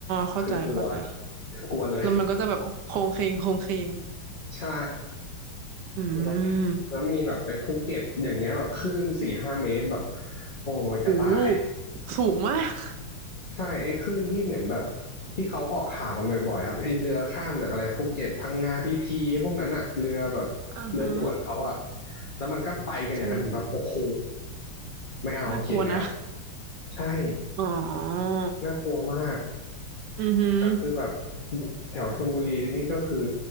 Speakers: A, on the right (about 70°); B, on the left (about 30°).
A: เข้าใจเข้าใจ
B: คือกลัวกลัวเลย
A: แล้วมันก็จะแบบโค้งเคงโค้งเคง
B: ใช่
A: อื
B: แล้ว
A: ม
B: แล้วมีแบบไปภูเก็ตอย่างเงี้ยแบบคลื่นสี่ห้าเมตรแบบโอ้ยจะตาย
A: โหสูงมาก
B: ใช่ไอ้คลื่นที่เหมือนแบบที่เขาออกข่าวกันบ่อยๆครับไอ้เรือข้ามจากอะไรภูเก็ตพังงาพีพีไอ้พวกนั้นอะเรือแบบเรือด่วนเขาอะ
A: <laughs> อ่าฮะ
B: แล้วมันก็ไปกันอย่างนั้นแบบโอ้โห
A: เข้าใจ
B: ไม่เอาเข็ดแล้ว
A: น่ากลัวนะ
B: ใช่
A: อ๋อ
B: น่ากลัวมาก
A: อือหือ
B: แต่คือแบบแถวชลบุรีนี่ก็คือ